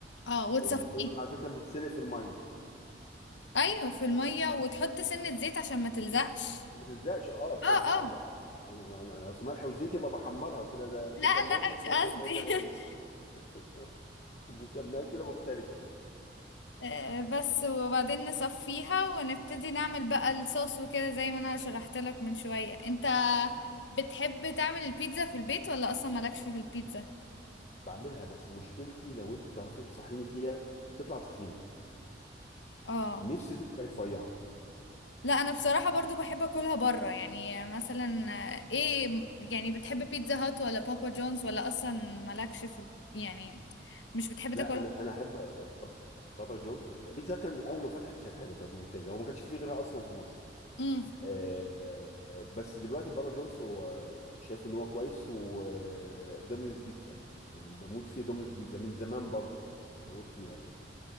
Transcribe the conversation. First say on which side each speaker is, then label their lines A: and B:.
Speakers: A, on the left; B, on the left.
A: اه وتصفيه
B: المكرونة عادة بتتسلق في المية
A: ايوه في المية وتحط سنة زيت عشان ما تلزقش
B: عشان ما تلزقش أه سوري
A: اه
B: أه
A: اه
B: أنا أنا أنا- أصل ملح وزيت يبقى بحمرها كده ده مسميات
A: لا لا
B: مختلفة
A: مش قصدي
B: يا سيدي الرئيس
A: <laughs>
B: <laughs> مسميات كده مختلفة يعني
A: آه، بس وبعدين نصفيها ونبتدي نعمل بقى الصوص وكده زي ما انا شرحت لك من شوية انت بتحب تعمل البيتزا في البيت ولا اصلا مالكش في البيتزا
B: بعملها بس مشكلتي لو أنت تعرفي تنصحيني فيها بتطلع تخينة
A: اه
B: نفسي تطلع رفيعة
A: لا انا بصراحة برضو بحب اكلها بره يعني مثلا آه، ايه يعني بتحب بيتزا هات ولا بابا جونز ولا اصلا مالكش في ال- يعني مش بتحب
B: لا
A: تاكلها
B: أنا أنا أحب بابا جونز بيتزا كان أول ما فتحت كانت حلوة كانت ممتازة هو ما كانش فيه غيرها أصلا في مصر
A: امم
B: آه، آه، بس دلوقتي بابا جونز هو شايف ان هو كويس ودومينز بيتزا يعني بموت فيه دومينز بيتزا من زمان برضو بموت فيها يعني